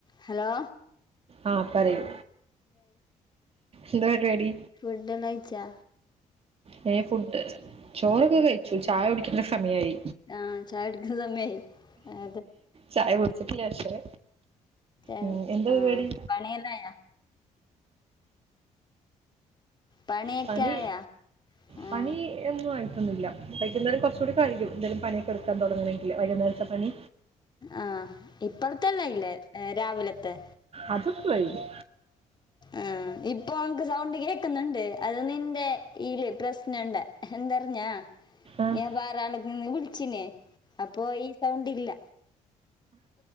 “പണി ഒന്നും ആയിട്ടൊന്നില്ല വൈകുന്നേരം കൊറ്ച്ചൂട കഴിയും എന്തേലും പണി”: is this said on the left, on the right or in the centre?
Right